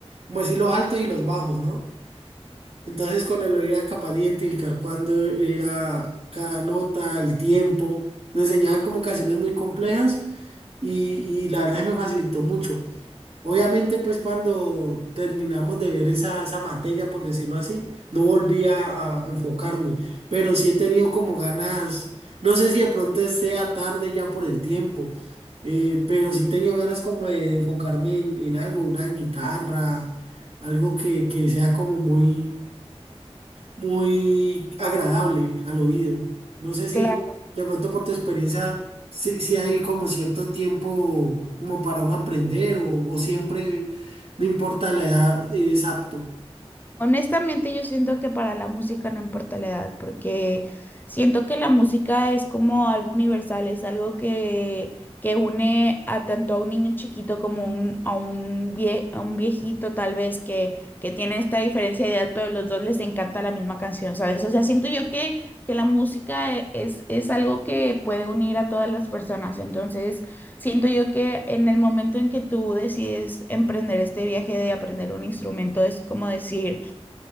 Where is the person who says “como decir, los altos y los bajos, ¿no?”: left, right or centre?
Right